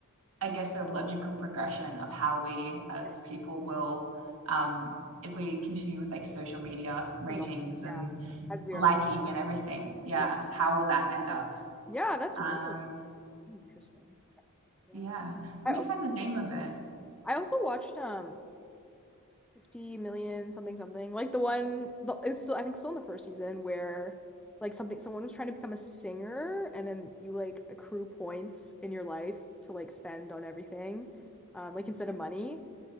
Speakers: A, on the right; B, in the centre.
A: I guess, a logical progression of how we as
B: Yeah.
A: people will, um, if we continue with like social media ratings
B: Acknowledge it. Yeah.
A: and
B: As we
A: liking
B: are the
A: and everything, yeah,
B: yeah.
A: how will that end up?
B: Yeah, that's
A: Um,
B: really interesting. Yeah.
A: yeah,
B: I
A: let
B: also
A: me find the name of it.
B: I also watched um 50 million something something like the one the, it was still I think still in the first season where like something someone was trying to become a singer and then you like accrue points in your life to like spend on everything um like instead of money